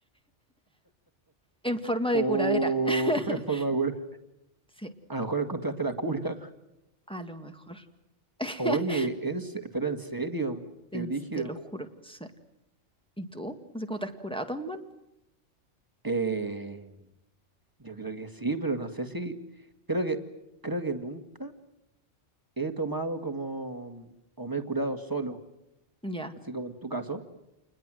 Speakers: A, in the centre; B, on the right.
A: en forma de
B: O
A: curadera.
B: <laughs>
A: <laughs>
B: en forma de cura.
A: Sí,
B: A lo mejor encontraste la cura.
A: a lo mejor. <laughs>
B: Oye, en se- pero en serio,
A: Te,
B: qué brígido.
A: te lo juro. sí. ¿Y tú? No sé cómo te has curado tan mal.
B: Eh, yo creo que sí, pero no sé si, creo que, creo que nunca he tomado como, o me he curado solo,
A: Ya,
B: así como en tu caso.